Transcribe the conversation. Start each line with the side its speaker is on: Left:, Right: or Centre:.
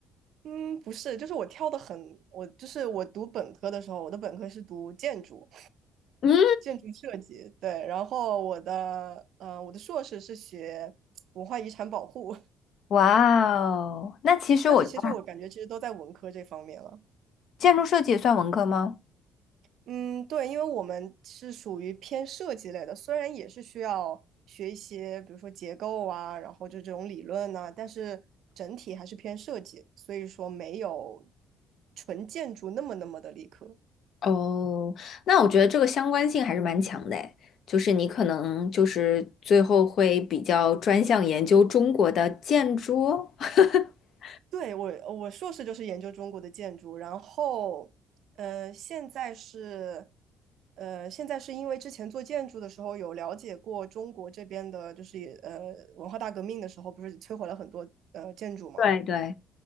Right: 嗯，不是，就是我跳的很，我就是我读本科的时候，我的本科是读建筑，
Left: 嗯，
Right: 建筑设计，对，然后我的，呃，我的硕士是学文化遗产保护，
Left: 哇哦，那其实我觉得
Right: <laughs> 但是其实我感觉其实都在文科这方面了。
Left: 建筑设计也算文科吗？
Right: 嗯，对，因为我们是属于偏设计类的，虽然也是需要学一些，比如说结构啊，然后就这种理论呐、但是整体还是偏设计，所以说没有纯建筑那么那么的理科。
Left: 哦，那我觉得这个相关性还是蛮强的诶，就是你可能就是最后会比较专项研究中国的建筑。<laughs>
Right: 对，我，我硕士就是研究中国的建筑，然后，呃，现在是，呃，现在是因为之前做建筑的时候有了解过中国这边的，就是也呃文化大革命的时候，不是摧毁了很多呃建筑嘛，
Left: 对对。